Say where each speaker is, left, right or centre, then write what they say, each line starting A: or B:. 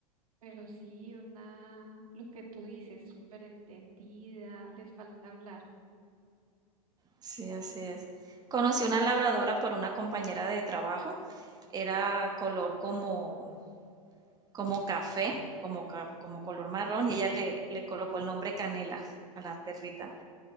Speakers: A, on the right; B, on the right.
A: pero Ujú. sí una, lo que tú dices, súper entendida, les falta hablar,
B: Sí, así es. Conocí una labradora por una compañera de trabajo. Era color como como café, como, como color marrón, y ella le, le colocó el nombre Canela a la perrita.